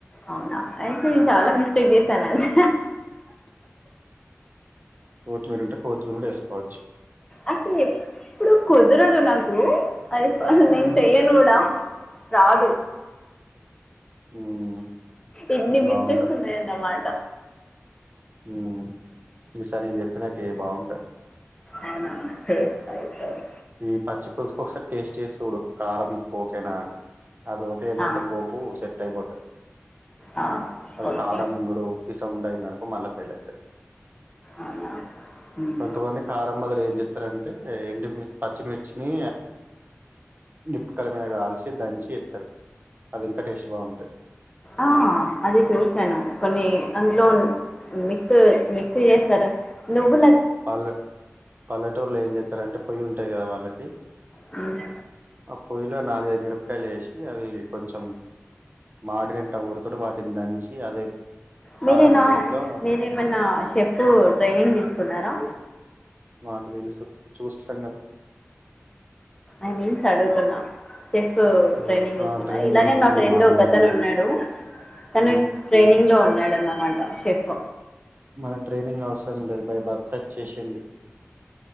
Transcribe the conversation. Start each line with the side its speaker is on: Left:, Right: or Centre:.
Left: అవునా అయిటే నిను చాలా మిస్టేక్ చేసనండి
Right: కోతిమీరు ఉంటే కోత్తిమీరు కూడా ఎస్కోవచ్
Left: అయితే ఎప్పుడు కుదరదు నాకు అది నేను చెయ్యను కూడా రాదు
Right: ఉమ్
Left: ఇన్ని మిస్టేక్స్
Right: బాగుంటది
Left: ఉం న్నయన్నమట
Right: మ్ ఈ సరి నను చెప్పినట్టు ఏయ్ బాగుంటది
Left: అవునా చేస్తా ఈ సరి
Right: ఈ పచ్చి పులుసుకొకసారి టేస్ట్ చేసి చూడు కారం ఉప్పు ఓకేనా అని ఆది ఒకే ఆఇందంటే
Left: ఆ,
Right: పోపు సెట్ అయిపోతది
Left: ఆ,
Right: అది
Left: ఓకే
Right: కారం ముంగుడు ఉప్పిసం అయిందనుకో మళ్ళా ఫెయిల్ అయితది
Left: అవునా ఉమ్.
Right: కొంతమంది కారం బదులు ఏం చెప్తారంటే ఎండు మి ర్చి మిర్చిని నిప్పుకాయల మీద కాల్చి దంచి ఎత్తారు అది ఇంకా టేస్ట్ బాగుంటాయి
Left: ఆ అది తెలుసన్న కొన్ని అందులో మిక్స్ మి క్స్ చేస్తారు నువ్వు
Right: పల్లె పల్లెటూరులో ఏం చెతారంటే పొయ్యి ఉంటాది కదా వాళ్ళకి
Left: ఉమ్
Right: ఆ పొయ్యిలో నాలుగైదు మిరపకాయలు ఏసి అవి కొంచెం మాడినట్టా ఉరతోటే వాటిని దంచి అదే
Left: మీరేనా
Right: కారం ప్లేస్ లో
Left: మీరేమన్నా షెఫ్ ట్రైనింగ్ తీసుకున్నారా
Right: మాకు తెలుసు చూస్తాం కదా
Left: ఐ మీన్స్ అడుగుతున్నా చెఫ్
Right: లేదు
Left: ట్రైనింగ్ తీసుకున్నా
Right: ఆ ట్రైనింగ్
Left: ఇలాగే
Right: తీసుకున్నా
Left: మా ఫ్రెండ్
Right: అమ్మ
Left: ఒకతను
Right: దగ్గర
Left: ఉన్నాడు తను
Right: ఉమ్
Left: ట్రైనింగ్‌లో ఉన్నాడు అన్నమాట చెఫ్
Right: మనకు ట్రైనింగ్ అవసరం లేదు బై బర్త్ వచ్చేసింది